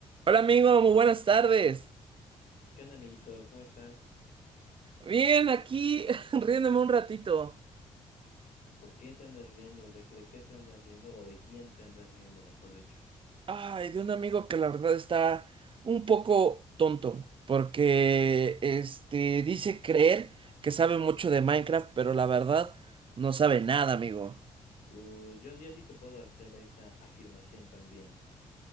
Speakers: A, on the right (about 35°); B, on the left (about 60°).
A: Hola amigo, muy buenas tardes.
B: ¿Qué onda, amiguito? ¿Cómo estás?
A: Bien, aquí <laughs> riéndome un ratito.
B: ¿Por qué te andas riendo? ¿De, qué- de qué te andas riendo? ¿O de quién te andas riendo, mejor dicho?
A: Ay, de un amigo que la verdad está un poco tonto, porque este dice creer que sabe mucho de Minecraft, pero la verdad no sabe nada, amigo.
B: Uh, yo, yo sí te puedo hacer esa afirmación también.